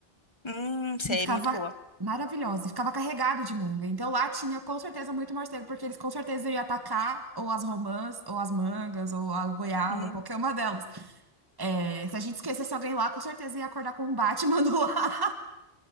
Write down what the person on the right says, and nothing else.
E ficava
maravilhosa, e ficava carregado de manga. Então lá tinha com certeza muito morcego, porque eles com certeza iam atacar ou as romãs, ou as mangas, ou a goiaba,
ou qualquer uma delas. É, se a gente esquecesse alguém lá, com certeza ia acordar com um Batman <laughs> do lado.